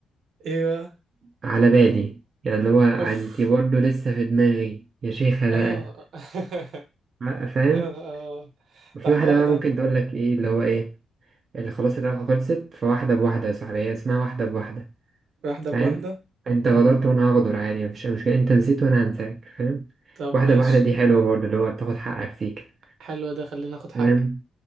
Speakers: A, on the right; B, on the right.
A: ايوه
B: على بالي يعني اللي هو أنت
A: اوف
B: برضه لسه في دماغي يا شيخة
A: اه
B: بقى
A: <laughs>
B: بقى فاهم
A: يا اه
B: وفي
A: ده حوار
B: واحدة بقى
A: ده
B: ممكن تقول لك إيه اللي هو إيه اللي خلاص العلاقة خلصت فواحدة بواحدة يا صاحبي هي اسمها واحدة بواحدة
A: واحدة بواحدة
B: فاهم انت غدرت
A: امم
B: وانا هغدر عادي مفيش اي مشكله انت نسيت وانا هنساك فاهم
A: طب
B: واحده
A: ماشي
B: بواحده دي حلوه برضه اللي هو تاخد حقك فيك
A: حلو ده خلينا اخد حقي
B: فاهم